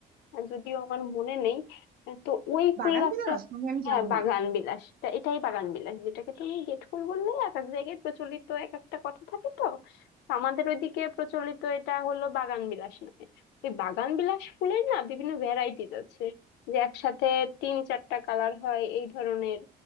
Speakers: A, on the left; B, on the right.
A: আর যদিও আমার মনে নেই আহ, তো ওই
B: বাগান
A: ফুল গাছটা
B: বিলাস নাকি আমি
A: হ্যাঁ
B: জানি
A: বাগান
B: না
A: বিলাসটা এটাই বাগান বিলাস যেটাকে তুমি গেট ফুল বললে এক এক জায়গায় প্রচলিত এক একটা কথা থাকে তো তো আমাদের ওইদিকে প্রচলিত এটা হলো বাগান বিলাস নামে ওই বাগান বিলাস ফুলের না বিভিন্ন ভ্যারাইটিজ আছে যে একসাথে তিন চারটা কালার হয় এই ধরনের